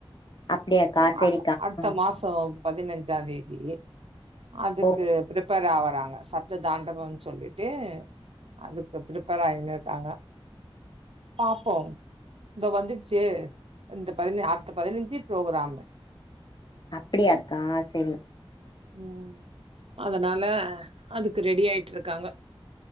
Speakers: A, on the left (about 50°); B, on the right (about 75°).
A: அப்டியாக்கா சேரிக்கா
B: அ அடுத்த
A: ஆ
B: மாச பதினஞ்சாதி தியே அதுக்கு
A: ஓ
B: பிரிப்பேர் ஆவுறாங்க சப்த தாண்டபம் சொல்லிட்டு அதுக்கு பரிப்பேர் ஆயினு இருக்காங்க பாப்போம் இந்த வந்துடுச்சு இந்த பதி அடுத்த பதினஞ்சு ப்ரோக்ராமு
A: அப்பிடியாக்கா செரி
B: ம் அதனால அதுக்கு ரெடி ஆய்ட்ருக்குறாங்க